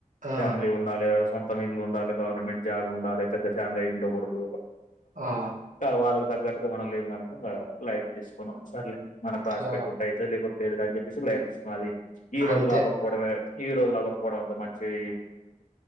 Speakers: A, on the right (about 80°); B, on the left (about 80°).
A: ఆ
B: ఫ్యామిలీ ఉండాలే కొమీలు ఉండాలి గవర్నమెంట్ జాబ్ ఉండాలే పెద్ద ఫ్యామిలీ ఉండకూడదు.
A: ఆ
B: వాళ్ళకు దగ్గర పు మనం లేము కనుక ఇంకా లైట్ తీసుకున్నాం సర్లేదు మన కాస్
A: ఆ
B: పెట్టుంటా అయితే లేకపోతే లేదు అని చెప్పేసి లైట్ తీసుకున్న అది ఈ రోజులు
A: అంతే
B: అవ్వకపోవడమే ఈ లపోవ అంత మాట చై